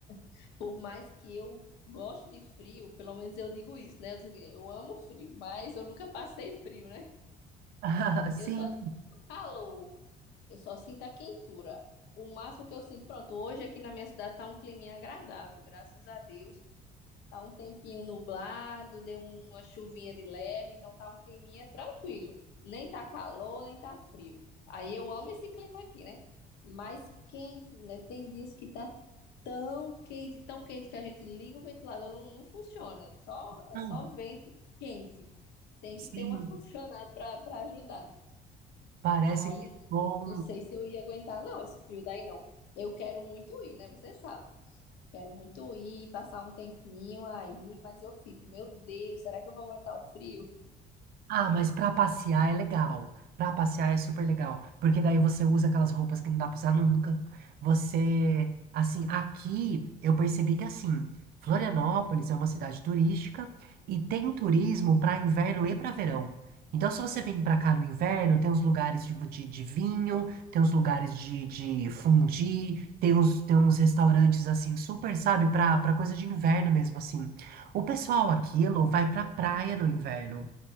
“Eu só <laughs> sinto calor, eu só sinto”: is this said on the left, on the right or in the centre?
Left